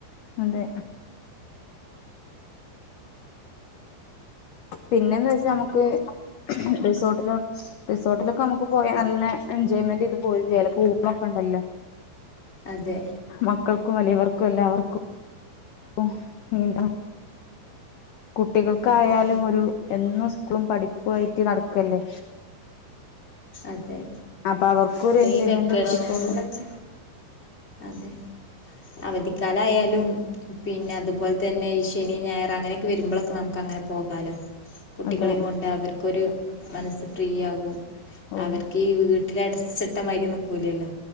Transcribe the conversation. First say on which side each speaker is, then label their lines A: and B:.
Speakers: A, on the left; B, on the left.
A: അതെ പിന്നെന്ന് വെച്ചാ അമ്മക്ക് റിസോർട്ടിലോ റിസോർട്ടിലൊക്കെ അമ്മക്ക് പോയ നല്ല എൻജോയ്മെന്റ് ചെയ്ത് <unintelligible> പോവൊക്കെ ഉണ്ടല്ലോ
B: അതെ
A: മക്കക്കും വലിയവർക്കും എല്ലാവർക്കും <unintelligible> കുട്ടികൾക്കായാലും
B: അതെ
A: ഒരു എന്നും സ്കൂളും പഠിപ്പുവായിട്ടും നടക്കല്ലേ
B: അതെ
A: അപ്പൊ അവർക്കും ഒരു
B: ഇപ്പൊ
A: എൻജോയ്മെന്റ്
B: ഈ വെക്കേഷനുകളിലൊക്കെ
A: കിട്ടിക്കോളും
B: അതെ അവധിക്കാല ആയാലും പിന്നെ അതുപോൽ തന്നെ ഈ ശനി ഞായർ അങ്ങനെക്കെ വരുമ്പോളോക്കെ അങ്ങൻ ക്ക അങ്ങനെ പോകാലോ കുട്ടികളേം
A: അതെ
B: കൊണ്ട് അവർക്കൊരു മനസ്സ് ഫീയാകും <unintelligible>
A: ഓ
B: അവർക്ക് ഈ വീ <unintelligible> വീട്ടിലടച്ചിട്ടമാരി നൽക്കൂലല്ലോ